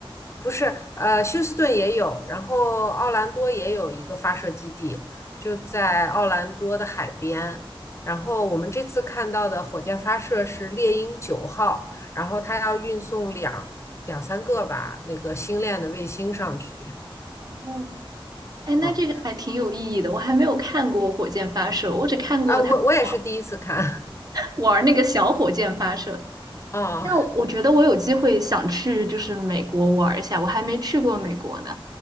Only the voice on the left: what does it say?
不是呃休斯顿也有，然后奥兰多也有一个发射基地，就在奥兰多的海边。然后我们这次看到的火箭发射是猎鹰九号，然后它要运送两两三个吧那个星链的卫星上去。
哦，
啊，我我也是第一次看。
啊